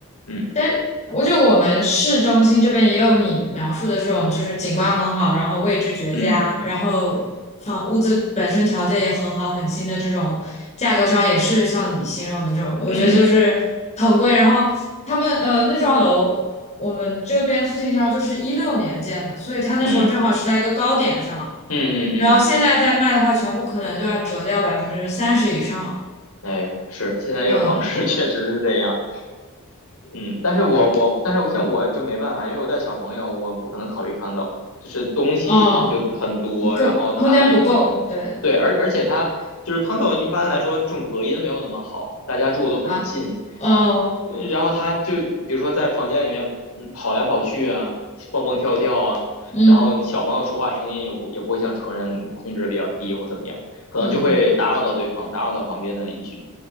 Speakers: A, on the left; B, on the left.
A: 嗯
B: 但我就我们市中心这边也有你描述的这种，就是景观很好，然后位置绝佳，
A: 嗯
B: 然后房屋子本身条件也很好，很新的这种，价格上也是像你形容的这种，我觉得就是很贵。
A: 嗯
B: 然后他们呃那幢楼，我们这边附近这幢就是一六年建的，所以它那时候正好是在一个高点上，
A: 嗯嗯嗯嗯，
B: 然后现在再卖的话，全部可能就要折掉百分之三十以上。
A: 哎呦，是现在这个房市
B: 嗯，
A: <laughs> 确实是这样，嗯，但是我我但是我像我就没办法，因为我带小朋友，我不可能考虑 condo，就是东西就很多，
B: 哦，够，
A: 然后他也需要空间，
B: 空间不够，对。
A: 对，而而且他就是 condo 一般来说这种隔音没有那么好，大家住的都很近，
B: 啊，哦，
A: 嗯然后他就比如说在房间里面，嗯，跑来跑去啊，蹦蹦跳跳啊，
B: 嗯
A: 然后小朋友说话声音也不也不会像成人控制的比较低或怎么样，可能就会打扰到对方，
B: 嗯，
A: 打扰到旁边的邻居，